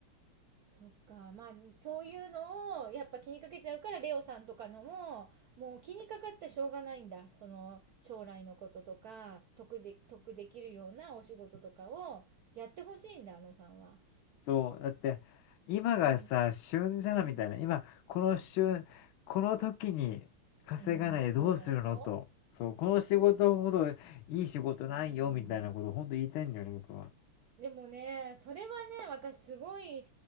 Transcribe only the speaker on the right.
そっか。まあ、そういうのを、やっぱ気にかけちゃうから、レオさんとかのも、もう気にかかってしょうがないんだ。その、将来のこととか、得で、得できるようなお仕事とかをやってほしいんだ、あのさんは。
うん、
うん、
うん、そうだよ。
うん。
でもね、それはね、私すごい、